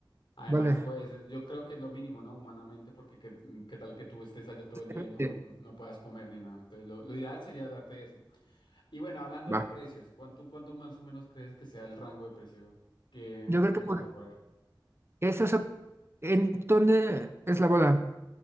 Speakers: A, on the left; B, on the right.
A: Además,
B: vale.
A: pues es- yo creo que es lo mínimo, ¿no? Humanamente, porque qué, qué tal que tú estés allá todo el día
B: Este,
A: y no, no puedas comer ni nada. Entonces, lo, lo ideal sería darte eso. Y bueno, hablando
B: Va.
A: de precios, ¿cuánto, cuánto más o menos crees que sea el rango de precio que,
B: Yo creo
A: que
B: que por
A: me vas a cobrar?
B: eso, o sea, ¿en dónde es la boda?